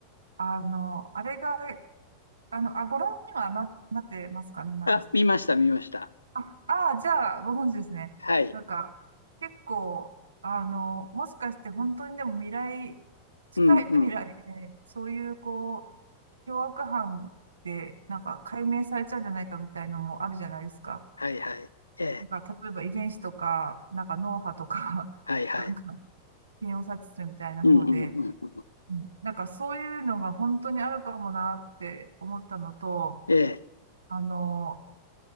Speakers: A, on the right; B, on the left.
A: あの、あれが、あの、あ、ご覧にはな、なってますかね。なんか、
B: あ、見ました、
A: そ
B: 見ました。
A: あ、あーじゃあ、ご存知ですね。
B: はい。
A: なんか、結構、あの、もしかして本当にでも未来、近い未来で、
B: うんうん。
A: そういう、こう、凶悪犯ってなんか解明されちゃうんじゃないかみたいのもあるじゃないですか。
B: はいはい。ええ、
A: なんか、例えば遺伝子とか、なんか脳波とか、
B: はいはい。
A: <laughs> なんか、検を察知するみたいな方で、
B: うんうんうん。
A: うんなんかそういうのが本当にあるかもなって思ったのと、
B: ええ、
A: あの、